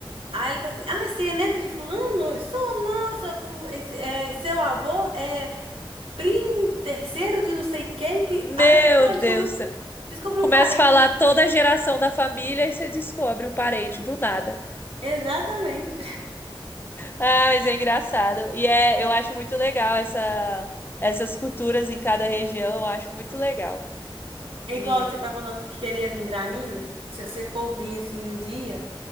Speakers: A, on the right (about 80°); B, on the left (about 25°).
A: Aí ela tá assim: Ah, você é neta de fulano? Sou, nossa, fu- esse- é, seu avô é primo terceiro de não sei quem. Que...
B: Meu
A: Aí eu, pronto,
B: Deus,
A: descobri um,
B: do céu.
A: descobri
B: começa
A: um parente.
B: a falar toda a geração da família e você descobre o parente do nada.
A: Exatamente.
B: Ah, mas é engraçado. E é, eu acho muito legal essa, essas culturas em cada região, eu acho muito legal. De,
A: É igual você tá falando que queria vir pra Minas. Se você for vir assim um dia.